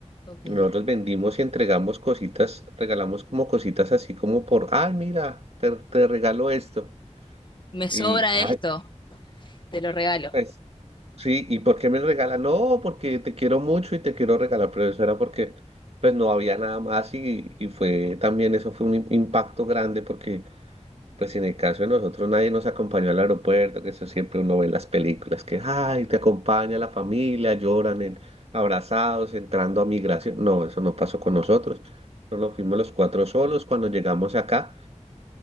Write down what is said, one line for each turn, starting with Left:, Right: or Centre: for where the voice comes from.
Left: Ok.
Right: Nosotros vendimos y entregamos cositas, regalamos como cositas así como por, ay, mira, te, te regalo esto.
Left: Me sobra
Right: Y, ay,
Left: esto, te lo regalo.
Right: pues, sí, ¿y por qué me regala? No, porque te quiero mucho y te quiero regalar, pero eso era porque, pues, no había nada más y, y fue también, eso fue un im- impacto grande porque Pues si en el caso de nosotros nadie nos acompañó al aeropuerto, que eso siempre uno ve en las películas, que, ay, te acompaña la familia, lloran en- abrazados, entrando a migración. No, eso no pasó con nosotros. Nos fuimos los cuatro solos. Cuando llegamos acá,